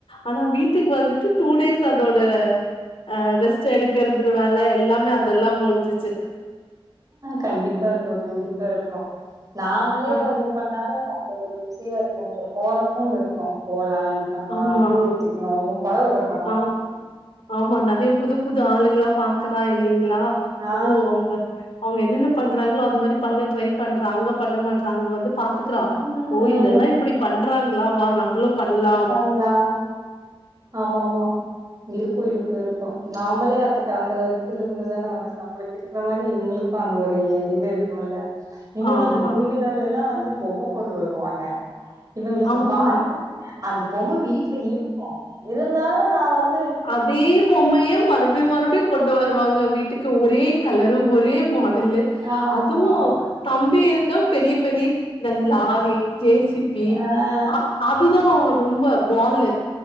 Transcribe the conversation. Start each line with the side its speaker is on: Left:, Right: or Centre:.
Left: ஆனா வீட்டுக்கு வந்துட்டு டூ டேஸ் அதோட ஆ ரெஸ்ட் எடுக்கறது வேல எல்லாமே அதெல்லாம் முடிஞ்சிச்சு
Right: கண்டிப்பா இருக்கும் கண்டிப்பா இருக்கும் நாமளே
Left: ஆ
Right: பண்ணாலும் அந்த ஒரு குசியா இருக்கும் போறப்பவும் இருக்கும் போலா இப்டி பண்ணலாம்
Left: ஆமா
Right: பூ வச்சக்கணும் பொடவ கட்டணும்
Left: ஆ ஆமா நறைய புது புது ஆளுங்களா பாக்குறா இல்லைங்களா
Right: ஆ.
Left: ஓ அவங்க அவங்க என்னென்ன பண்றாங்களோ அது மாரி பண்ண ட்ரை பண்றாங்க பண்ண மாட்டறாங்க வந்து பா த்துக்கறா
Right: ம்.
Left: ஓ இதெல்லா இப்டி பண்றாங்களா வா நம்மளும் பண்ணலா
Right: தன்னா ஆமா ஆமா இருக்கும் இருக்கும் இருக்கும் நாமளே அதுக்கு அந்த ஒரு இதுல இருந்து தானே வந்த நம்மளுக்கு இரு க்கிற மாரி இவங்களுக்கும் அந்த ஒரு இது இரு ல்ல இன்னொன்னு
Left: ஆமா
Right: அந்த திருவிழாலல்லா வந்து பொம்ம கொண்டு வருவாங்க இவங்களுக்கு
Left: ஆமா
Right: பாத்தட்டு அந்த பொம்ம வீட்ல இருக்கும் இருந்தாலும் நா வந்
Left: அதே பொம்மைய மறுப படியும் மறுபடியும் கொண்டு வருவாங்க வீட்டுக்கு ஒரே கலரு ஒரே மாடல்லு
Right: ஆமா
Left: அதுவும் தம்பி இருக்க பெரிய பெரி இந்த லாரி ஜே சி பி
Right: ஆஹ்
Left: ஆ அதுதா ரொம்ப பாலு